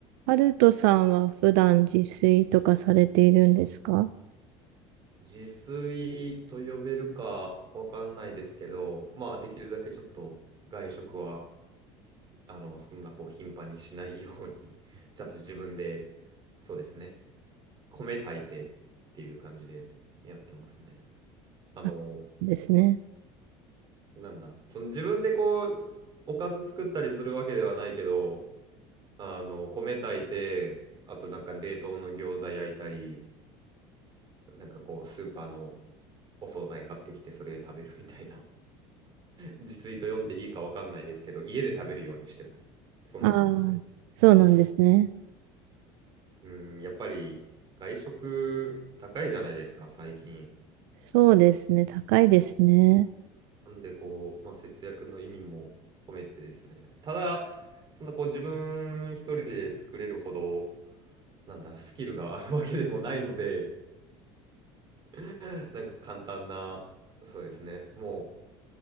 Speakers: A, on the right; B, on the right.
A: ハルトさんは普段自炊とかされているんですか
B: 自炊と呼べるかわかんないですけど、まあできるだけちょっと外食は、あの、そんなこう頻繁にしないように、<laughs> ちゃんと自分で、そうですね、米炊いてっていう感じでやってますね。あの、
A: あですね。
B: なんだ、その自分でこう、おかず作ったりするわけではないけど、あの、米炊いて、あとなんか冷凍の餃子焼いたり、なんかこう、スーパーのお惣菜買ってきてそれで食べるみたいな。自炊と読んでいいかわかんないですけど、家で食べるようにしてます。そんな感じで。
A: ああ、そうなんですね。
B: うん、やっぱり外食高いじゃないですか、最近。
A: そうですね。高いですね。
B: なんでこう、まあ、節約の意味も込めてですね。ただ、そんなこう自分一人で作れるほど、なんだ、スキルがあるわけでもないので、<laughs> なんか簡単な、そうですね、も